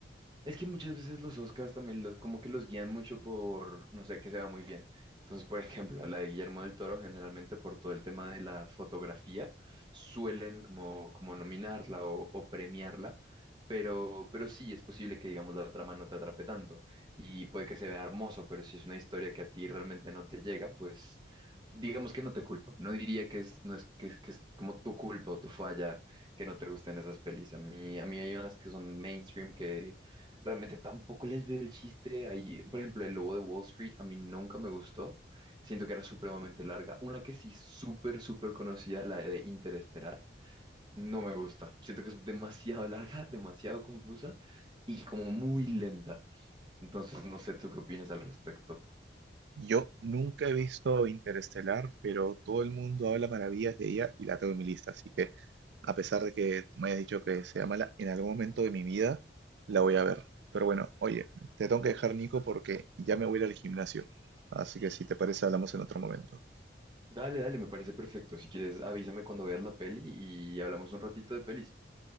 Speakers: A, on the right (about 25°); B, on the right (about 75°).
A: Es que muchas veces los Oscars también los, como que los guían mucho por, no sé, que se va muy bien. Entonces, por ejemplo, a la de Guillermo del Toro, generalmente por todo el tema de la fotografía, suelen como, como nominarla o, o premiarla, pero, pero sí es posible que, digamos, la trama no te atrape tanto y puede que se vea hermoso, pero si es una historia que a ti realmente no te llega, pues digamos que no te culpo. No diría que es, no es, que, es- que es como tu culpa o tu falla que no te gusten esas pelis. A mí, a mí hay unas que son mainstream que Realmente tampoco les veo el chiste ahí. Por ejemplo, el lobo de Wall Street a mí nunca me gustó. Siento que era supremamente larga. Una que sí súper, súper conocida, la de Interestelar, no me gusta. Siento que es demasiado larga, demasiado confusa y como muy lenta. Entonces, no sé tú qué opinas al respecto.
B: Yo nunca he visto Interestelar, pero todo el mundo habla maravillas de ella y la tengo en mi lista. Así que, a pesar de que me hayas dicho que sea mala, en algún momento de mi vida la voy a ver. Pero bueno, oye, te tengo que dejar, Nico, porque ya me voy a ir al gimnasio. Así que si te parece, hablamos en otro momento.
A: Dale, dale, me parece perfecto. Si quieres, avísame cuando veas la peli y hablamos un ratito de pelis.